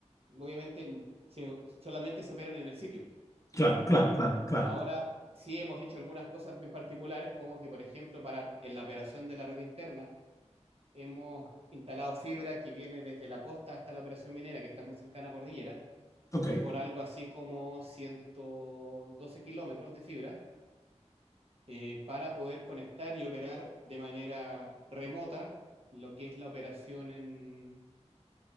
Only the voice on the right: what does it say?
obviamente, n- se- solamente se operan en el sitio,
¿ya?
Ahora, sí hemos hecho algunas cosas bien particulares, como que, por ejemplo, para en la operación de la red interna, hemos instalado fibra que viene desde la costa hasta la operación minera, que está muy cercana a Cordillera,
por algo así como 112 kilómetros de fibra eh, para poder conectar y operar de manera remota lo que es la operación en-